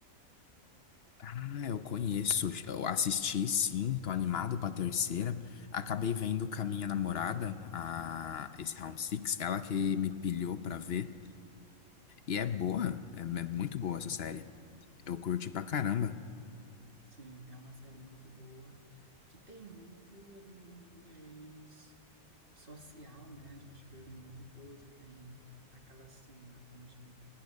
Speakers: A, on the left; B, on the right.
A: Ah, eu conheço. Eu assisti, sim. Tô animado pra terceira. Acabei vendo com a minha namorada, a... esse Round six ela que me pilhou pra ver. E é boa, é, é muito boa essa série. Eu curti pra caramba.
B: Sim, é uma série muito boa, que tem muito ali um viés social, né? A gente vê ali muita coisa, tem aquela cena onde